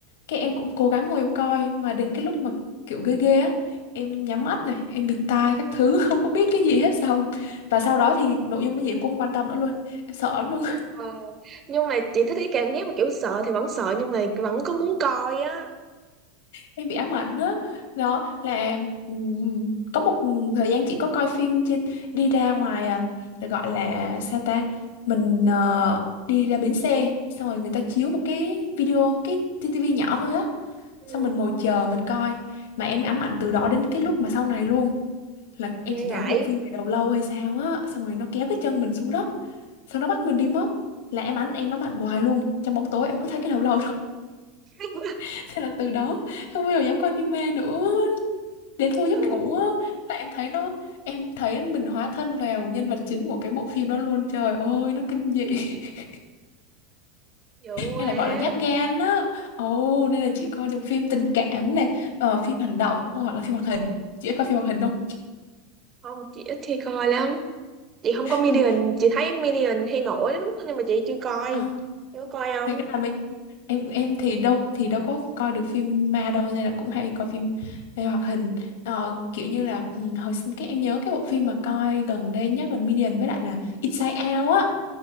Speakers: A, on the left (about 80°); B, on the right (about 25°).
A: cái em cũng cố gắng ngồi em coi mà đến cái lúc mà kiểu ghê ghê á em nhắm mắt này em bịt tai các thứ <laughs> không có biết cái gì hết xong và sau đó thì nội dung cái gì em cũng không quan tâm nữa luôn em sợ lắm luôn
B: ờ. nhưng mà chị thích cái cảm giác mà kiểu sợ thì vẫn sợ nhưng mà vẫn có muốn coi á
A: em bị ám ảnh á đó là ừm, có một thời gian chị có coi phim trên đi ra ngoài à, gọi là sao ta mình ờ, đi ra bến xe xong rồi người ta chiếu một cái video cái tivi nhỏ thôi á
B: ừ
A: xong mình ngồi chờ mình coi mà em ám ảnh từ đó đến cái lúc mà sau này luôn là em
B: nghe
A: chỉ nhớ
B: vậy
A: bộ phim về đầu lâu hay sao á xong rồi nó kéo cái chân mình xuống đất xong nó bắt mình đi mất là em ảnh em ám ảnh hoài luôn trong bóng tối em cứ thấy cái đầu lâu thôi
B: <laughs>
A: <laughs> thế là từ đó không bao giờ dám coi phim ma nữa đến vô giấc
B: ừ
A: ngủ á là em thấy nó em thấy mình hóa thân vào nhân vật chính của cái bộ phim đó luôn trời ơi nó kinh dị <laughs>
B: dữ quá
A: hay là gọi là nhát gan á ồ nên là chị coi được phim tình cảm này ờ, phim hành động hoặc là phim hoạt hình chị có coi phim hoạt hình không
B: không chị ít khi coi lắm chị không có Minion
A: ừ.
B: chị thấy Minion hay nổi lắm nhưng mà chị chưa coi
A: à,
B: chị có coi không
A: thực ra là mấy em em thì đâu thì đâu có coi được phim ma đâu nên là cũng hay coi phim về hoạt hình Ờ, kiểu như là ừ, hồi sinh cái em nhớ cái bộ phim mà coi gần đây nhất là Minion với lại là Inside Out á